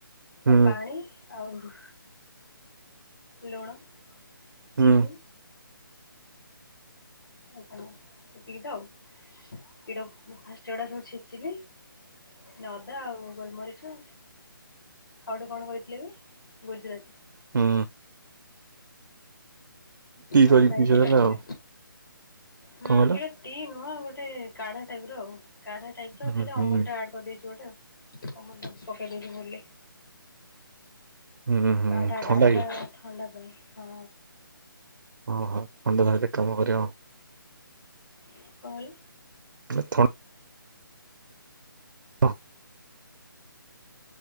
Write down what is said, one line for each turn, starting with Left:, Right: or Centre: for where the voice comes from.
Right: ହୁଁ
Left: ଆଉ ପାଣି। ଆହୁହୁ ଲୁଣ
Right: ହୁଁ
Left: ଚିନି। ଆଉ କଣ ଏତିକି ତ ଆଉ ଏଇଟାକୁ ଫାଷ୍ଟ ଏଗୁଡା ସବୁ ଛେଚିଲି ମାନେ ଅଦା ଆଉ ଗୋଲମରିଚ। ଆଉ ଗୋଟେ କଣ କହିଥିଲେ ବି ଗୁଜୁରାତି।
Right: ହୁଁ। ଟି
Left: ମୋ
Right: କରିକି
Left: ଭାଇ
Right: ପିଇଛ
Left: ଟିନଲା
Right: ତାହେଲେ
Left: ପରେ
Right: ଆଉ।
Left: ହୁଁ
Right: କଣ
Left: ଏଇଟା
Right: କହିଲ?
Left: ଟି ନୁହଁ ଗୋଟେ କାଢା ଟାଇପ ର ଆଉ। କାଢା ଟାଇପ ର
Right: ହୁଁ
Left: ଖାଲି
Right: ହୁଁ
Left: ଅମୁଲ ଟା ଆଡ କରିଦେଇଛି ଗୋଟେ ଅମୁଲ ଟା ପକେଇ ଦେଇଛି ଭୁଲ୍ ରେ।
Right: ହୁଁ ହୁଁ
Left: କାଢା
Right: ଥଣ୍ଡା
Left: ଟା ଏଇଟା
Right: କି?
Left: ଥଣ୍ଡା ପାଇଁ ହଁ।
Right: ଓହୋ ଥଣ୍ଡା ଧଇଲେ କାମ କରିବ ଆଉ।
Left: କଣ କହିଲ?
Right: ମୁଁଏ ଥ <unintelligible>